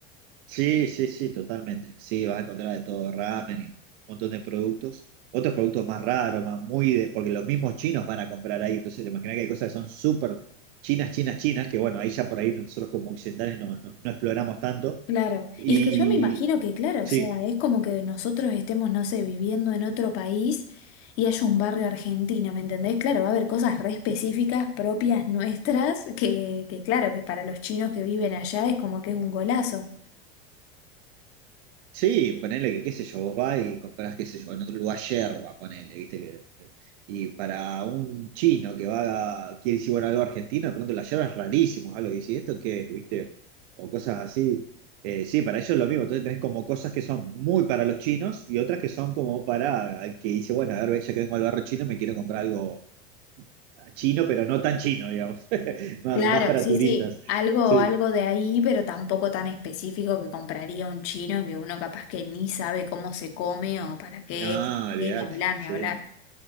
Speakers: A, on the right; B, on the left.
A: Sí, sí, sí, totalmente. Sí, vas a encontrar de todo, ramen y un montón de productos. Otros productos más raros, más muy de, porque los mismos chinos van a comprar ahí. Entonces, te imaginas que hay cosas que son súper chinas, chinas, chinas, que bueno, ahí ya por ahí nosotros como occidentales no, no, no exploramos tanto.
B: Claro,
A: Y
B: y es que yo me imagino que, claro, o
A: sí,
B: sea, es como que nosotros estemos, no sé, viviendo en otro país y haya un barrio argentino, ¿me entendés? Claro, va a haber cosas re específicas propias nuestras que, que claro, que para los chinos que viven allá es como que es un golazo.
A: Sí, ponele que, qué sé yo, vos vas y comprás, qué sé yo, en otro lugar yerba, ponele, viste que. Y para un chino que va, quiere decir, bueno, algo argentino, de pronto la yerba es rarísimo, algo, y dice, ¿y esto qué es? ¿Viste? O cosas así. Eh, sí, para ellos es lo mismo, entonces tenés como cosas que son muy para los chinos y otras que son como para, el que dice, bueno, a ver, ya que vengo al barrio chino, me quiero comprar algo ah, chino, pero no tan chino, digamos, <laughs> más,
B: Claro,
A: más para
B: sí,
A: turistas.
B: sí, algo,
A: Sí.
B: algo de ahí, pero tampoco tan específico que compraría un chino que uno capaz que ni sabe cómo se come o para qué,
A: No, olvidate,
B: Sí, ni hablar,
A: sí.
B: ni hablar.